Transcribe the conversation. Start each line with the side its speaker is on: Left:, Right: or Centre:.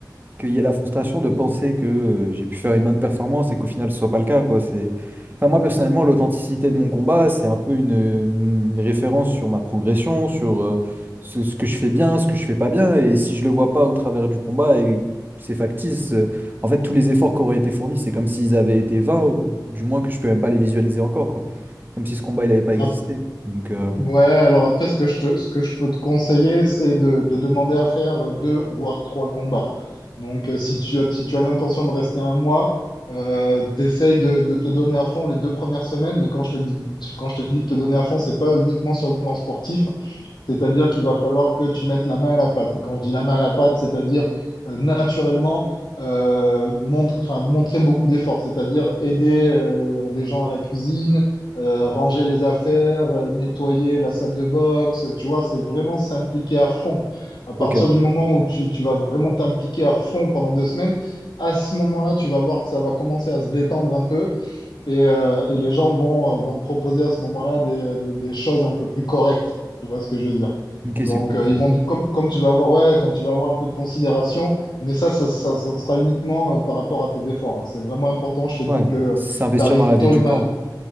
Right: qu'il y ait la frustration de penser que euh, j'ai pu faire une bonne performance et qu'au final ce soit pas le cas, quoi. C'est... Enfin, moi personnellement, l'authenticité de mon combat, c'est un peu une, une- une référence sur ma progression, sur euh, ce, ce que je fais bien, ce que je fais pas bien, et si je le vois pas au travers du combat et c'est factice, euh, en fait tous les efforts qui auraient été fournis, c'est comme s'ils avaient été vains, ou du moins que je peux même pas les visualiser encore, quoi. Comme si ce combat il n'avait pas
Left: Ap-
Right: existé. Donc, euh,
Left: ouais, alors après, ce que je te- ce que je peux te conseiller, c'est de, de demander à faire deux, voire trois combats. Donc, euh, si tu as, si tu as l'intention de rester un mois, euh, t'essayes de, de te donner à fond les deux premières semaines, mais quand je te dis, quand je te dis de te donner à fond, c'est pas uniquement sur le plan sportif, c'est-à-dire qu'il va falloir que tu mettes la main à la pâte. Et quand je dis la main à la pâte, c'est-à-dire euh, naturellement euh, montre, enfin, montrer beaucoup d'efforts, c'est-à-dire aider euh, les gens à la cuisine, euh, ranger les affaires, euh, nettoyer la salle de boxe. Tu vois, c'est vraiment s'impliquer à fond. À partir
Right: ok,
Left: du moment où tu, tu vas vraiment t'impliquer à fond pendant deux semaines, à ce moment-là, tu vas voir que ça va commencer à se détendre un peu et, euh, et les gens vont, euh, vont te proposer à ce moment-là des, des, des choses un peu plus correctes. Tu vois ce que je veux dire?
Right: ok,
Left: Donc,
Right: c'est cool
Left: euh,
Right: ça.
Left: ils vont, comme, comme tu vas avoir, ouais, comme tu vas avoir un peu de considération, mais ça, ça, ça, ça sera uniquement euh, par rapport à tes efforts. hein. C'est vraiment important, je te dis,
Right: Ouais,
Left: que
Right: s'investir
Left: tu arrives
Right: dans la vie
Left: tôt
Right: du
Left: le matin
Right: camp.